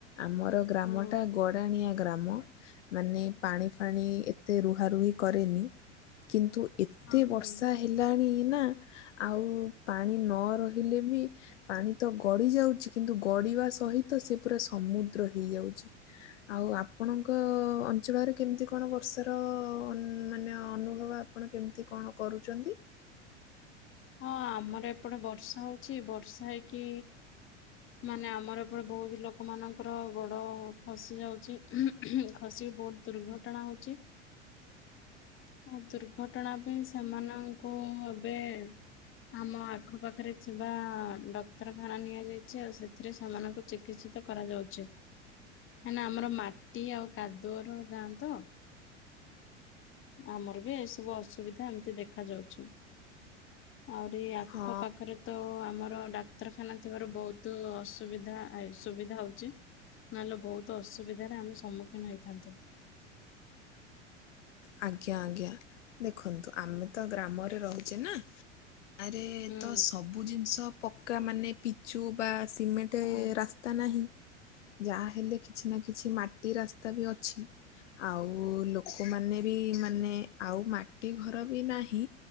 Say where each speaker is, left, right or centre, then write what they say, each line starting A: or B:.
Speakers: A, on the left (about 75°); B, on the left (about 35°).
A: ଆମର ଗ୍ରାମଟା
B: ହୁଁ
A: ଗଡ୍ ଗଡାଣିଆ ଗ୍ରାମ, ମାନେ ପାଣି ଫାଣି ଏତେ ରୁହା ରୁହି କରେନି। କିନ୍ତୁ ଏତେ
B: ହଁ
A: ବର୍ଷା
B: ହୁଁ ହଁ
A: ହେଲାଣି ନା ଆଉ ପାଣି ନ ରହିଲେ ବି ପାଣି ତ ଗଡି ଯାଉଛି କିନ୍ତୁ ଗଡିବା ସହିତ ସେ ପୁରା ସମୁଦ୍ର ହେଇଯାଉଛି। ଆଉ ଆପଣଙ୍କ-ଅ-ଅ ଅଞ୍ଚଳରେ କେମିତି କଣ ବର୍ଷାର-ଅ-ଅ-ଅ ମାନେ ଅନୁଭବ ଆପଣ କେମିତି କଣ କରୁଚନ୍ତି?
B: ହଁ ଆମର ଏପଟେ ବର୍ଷା ହଉଛି ବର୍ଷା ହେଇକି, ମାନେ ଆମର ଏପଟେ ବହୁତ ଲୋକମାନଙ୍କର ଗୋଡ଼ ଖସି ଯାଉଛି। ଖସିକି ବହୁତ ଦୁର୍ଘଟଣା ହଉଛି। ଆଉ ଦୁର୍ଘଟଣା ପାଇଁ ସେମାନଙ୍କୁ ଏବେ ଆମ ଆଖପାାଖରେ ଥିବା ଡକ୍ତରଖାନା ନିଆଯାଇଛି ଆଉ ସେଥିରେ ସେମାନଙ୍କୁ ଚିକ୍ ଚିକିତ୍ସିତ କରାଯାଉଛି, ମାନେ ଆମର ମାଟି ଆଉ କାଦୁଅର ଗାଆଁ ତ। ଆମର ବି ଏଇସବୁ ଅସୁବିଧା ଏମିତି ଦେଖା ଯାଉଛି। ଆହୁରିି ଆଖପାଖରେ
A: ହଁ।
B: ତ-ଅ-ଅ ଆମର ଡାକ୍ତରଖାନା ଥିବାରୁ ବହୁତ ଅସୁବିଧା ଆ ସୁବିଧା ହଉଛି। ନହେଲେ ବହୁତ ଅସୁବିଧାରେ ଆମେ ସମ୍ମୁଖୀନ ହେଇଥାନ୍ତୁ।
A: ଆଜ୍ଞା-ଆଜ୍ଞା, ଦେଖନ୍ତୁ ଆମେ ତ ଗ୍ରାମରେ ରହୁଛେ ନା? ଆରେ
B: ହଁ
A: ତ ସବୁ ଜିନିଷ ପକ୍କା ମାନେ ପି ଚୁ ବା ସିମେଣ୍ଟ
B: ହୁଁ
A: ରାସ୍ତା ନାହିଁ ଯାହା ହେଲେ କିଛି ନା କିଛି ମାଟ୍ ଟି ରାସ୍ତା ବି ଅଛି ଆଉ ଲୋକମାନେ ବି ମାନେ ଆଉ ମାଟି ଘର ବି ନାହିଁ